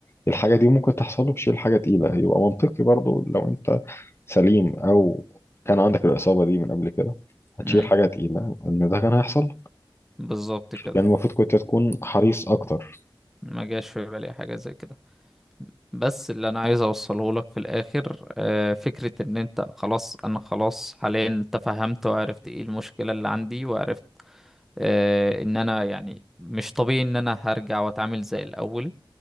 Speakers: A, on the left; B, in the centre.
A: الحاجة دي ممكن تحصل له بشيل حاجة تقيلة يبقى منطقي برضو لو انت سليم او كان عندك الإصابة دي من قبل كده هتشيل
B: امم
A: حاجة تقيلة ان ده كان هيحصل
B: بالظبط كده
A: كان المفروض كنت تكون حريص اكتر
B: ما جاش في بالي حاجة زي كده بس اللي انا عايز اوصله لك في الاخر آه، فكرة ان انت خلاص انا خلاص حاليا تفهمت وعرفت ايه المشكلة اللي عندي وعرفت آه، ان انا يعني مش طبيعي ان انا هرجع واتعامل زي الاول